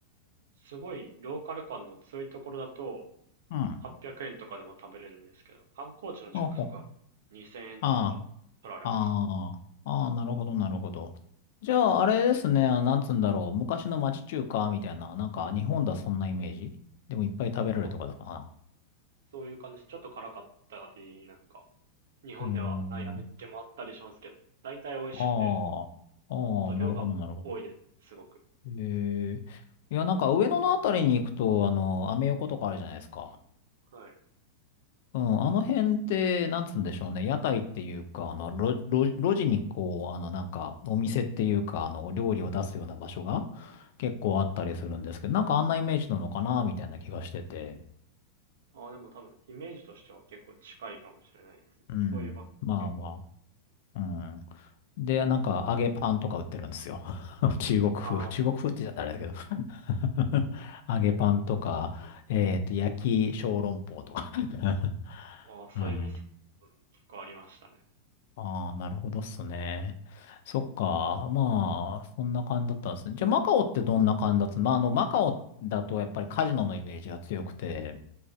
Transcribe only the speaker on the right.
すごいローカル感の強いところだと
800円とかでも食べれるんですけど、観光地の近くとか2000円とか取られますね。
まあそういう感じです。ちょっと辛かったり、なんか日本ではない味付けもあったりしますけど、
大体美味しくて
あと量が多いです、
すごく。
はい。
ああ、でも多分、イメージとしては結構近いかもしれないですね。
そういう場結構。
あー
あー、そういう店
結構ありましたね。